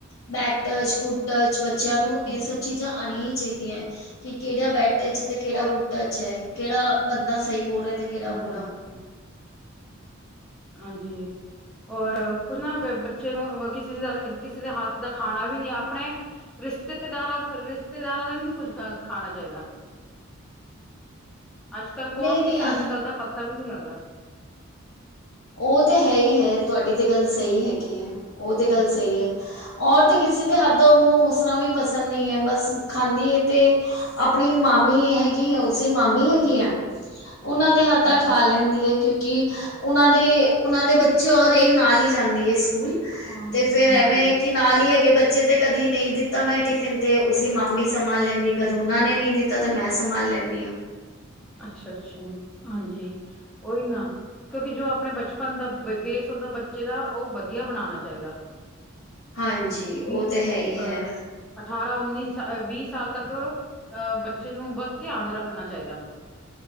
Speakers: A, on the left (about 75°); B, in the centre.
A: ਬੇਟਜ, ਸਕੂਟਜ ਬੱਚਿਆਂ ਨੂੰ
B: ਹੂੰ।
A: ਇਹ ਸਭ ਚੀਜ਼ਾਂ ਆਨੀਆ ਈ ਚਾਈਦੀਆਂ, ਕਿ ਕਿਹੜਾ ਬੈਟਜ ਚ ਤੇ ਕਿਹੜਾ
B: ਔਰ
A: ਬੁ ਅੱਛਾ ਕਿਹੜਾ ਬੰਦਾ ਸਈ ਬੋਲ ਰਿਹਾ ਤੇ ਕਿਹੜਾ
B: ਹੂੰ,
A: ਬੁਰਾ
B: ਹਾਂਜੀ ਔਰ ਕੁਝ ਨਾ ਬ ਬੱਚੇ ਨੂੰ ਕਿਸੇ ਦ ਕਿਸੇ ਦੇ ਹੱਥ ਦਾ ਖਾਣਾ ਵੀ ਨਈ ਆਪਣੇ ਰਿਸ਼ਤੇਦਾਰਾਂ, ਰਿਸ਼ਤੇਦਾਰਾਂ ਦਾ ਵੀ ਨਈ ਕੁਝ ਖ ਖਾਣਾ ਚਾਈਦਾ। ਅੱਜਕੱਲ ਕੌਣ
A: ਨਹੀਂ
B: ਕਿਸ
A: ਨਹੀਂ
B: ਤਰ੍ਹਾਂ ਨਿਕਲਦਾ ਪਤਾ ਵੀ ਨਈ ਲੱਗਦਾ।
A: ਉਹ ਤੇ ਹੈ ਹੀ ਹੈ ਤੁਹਾਡੀ ਤੇ ਗੱਲ ਸਹੀ ਹੈਗੀ ਐ। ਉਹ
B: ਹੂੰ,
A: ਤੇ ਗੱਲ ਸਹੀ ਏ। ਔਰਤ ਕਿਸੇ ਦੇ ਹੱਥੋਂ ਉਨੂੰ ਉਸ ਤਰਾਂ ਵੀ ਪਸੰਦ ਨਈ ਐ, ਬਸ ਖਾਂਦੀ ਐ ਤੇ ਆਪਣੀ ਮਾਮੀ ਹੈਗੀ ਐ, ਉਸੀ ਮਾਮੀ ਹੈਗੀ ਐ ਉਹਨਾਂ ਹੱਧਾ
B: ਹੂੰ।
A: ਖਾ ਲੈਂਦੀ ਐ ਕਿਉਂਕਿ ਉਨਾਂ ਦੇ, ਉਨਾਂ ਦੇ ਬੱਚੇ ਔਰ ਇਹ ਨਾਲ ਈ ਜਾਂਦੀ ਐ ਸਕੂਲ
B: ਹਾਂ,
A: ਤੇ ਫਿਰ
B: ਹਾਂਜੀ-ਹਾਂਜੀ,
A: ਐਵੇ ਕਿ ਤਾਲੀ ਹੈਗੇ ਬੱਚੇ ਤੇ ਕਦੀ ਨਹੀਂ ਦਿੱਤਾ ਮੈਂ ਟਿਫਨ, ਤੇ ਉਸੀ ਮਾਮੀ ਸਮਾਂ ਲੈਦੀ, ਕਦ ਉਹਨਾਂ ਨੇ ਨੀ ਕਦੇ ਮੈਂ ਸੰਭਾਲ ਲੈਨੀ ਆ।
B: ਅੱਛਾ, ਅੱਛਾ ਹਾਂਜੀ, ਉਈ ਨਾ ਕਿਉਂਕਿ ਜੋ ਆਪਣੇ ਬਚਪਨ ਦਾ ਬ ਬੇਸ ਹੁੰਦਾ ਬੱਚੇ ਦਾ ਉਹ ਵਧੀਆ ਬਨਾਨਾ ਚਾਈਦਾ।
A: ਹਾਂਜੀ
B: ਵੀ
A: ਉਹ ਤੇ ਹੈ ਹੀ
B: ਅਹ
A: ਹੈ
B: ਅਠਾਰਾ, ਉਨੀ ਸ ਅ ਵੀਹ ਸਾਲ ਤੱਕ ਅ ਬੱਚੇ ਨੂੰ ਬਤ ਧਿਆਨ ਰੱਖਣਾ ਚਾਈਦਾ।